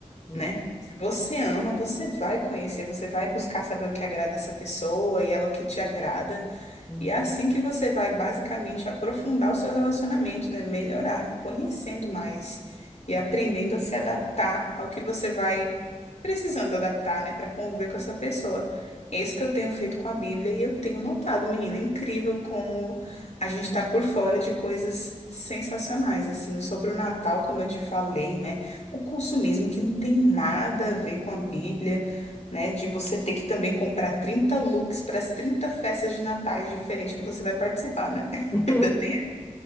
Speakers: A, on the left; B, on the left.
A: Não.
B: né? Se você ama, você vai conhecer, você vai buscar saber o que agrada essa pessoa e ela o que te agrada.
A: Uhum.
B: E é assim que você vai basicamente aprofundar o seu relacionamento, né? Melhorar, conhecendo mais e aprendendo a se adaptar ao que você vai precisando adaptar, né, para conviver com essa pessoa. É isso que eu tenho feito com a Bíblia e eu tenho notado, menina, é incrível como a gente está por fora de coisas sensacionais, assim, sobre o Natal, como eu te falei, né? O consumismo que não tem nada a ver com a Bíblia né? De você ter que também comprar 30 looks para as 30 festas de natais diferentes que você vai participar, né? <laughs>
A: <laughs>
B: Ainda tem,